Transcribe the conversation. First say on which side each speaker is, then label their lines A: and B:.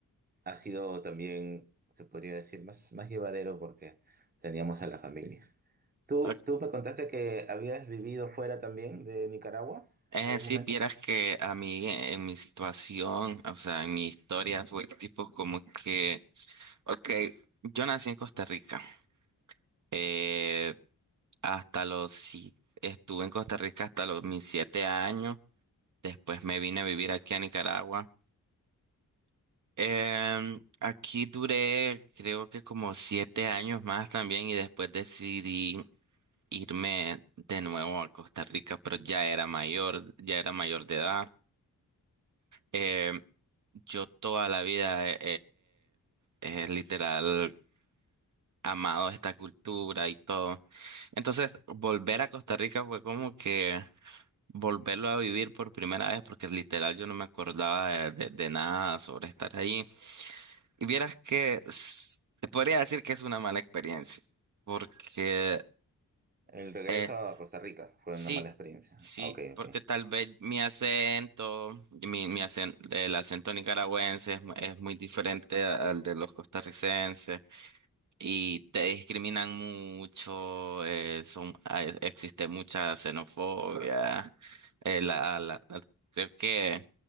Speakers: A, on the right; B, on the right.
A: ha sido también, se podría decir, más, más llevadero porque teníamos a la familia. ¿Tú,
B: Ok,
A: tú me contaste que habías vivido fuera también de Nicaragua
B: Eh,
A: en algún
B: si
A: momento?
B: vieras que a mí, eh, en mi situación, o sea, en mi historia fue tipo como que, ok, yo nací en Costa Rica. Eh, hasta los, sí, estuve en Costa Rica hasta los mis siete años. Después me vine a vivir aquí a Nicaragua. Em, aquí duré creo que como siete años más también y después decidí irme de nuevo a Costa Rica, pero ya era mayor, ya era mayor de edad. Em, yo toda la vida he, he- he literal amado esta cultura y todo. Entonces, volver a Costa Rica fue como que... volverlo a vivir por primera vez porque literal yo no me acordaba de, de- de nada sobre estar ahí. Y vieras que s- te podría decir que es una mala experiencia porque
A: El regreso
B: eh,
A: a Costa Rica fue
B: sí,
A: una mala experiencia.
B: sí,
A: Ah, Ok, ok.
B: porque tal vez mi acento, y mi, mi acen- el acento nicaragüense es, mu- es muy diferente a- al de los costarricenses y te discriminan mucho, eh, son, hay- existe mucha xenofobia, eh, la, la- la- creo que...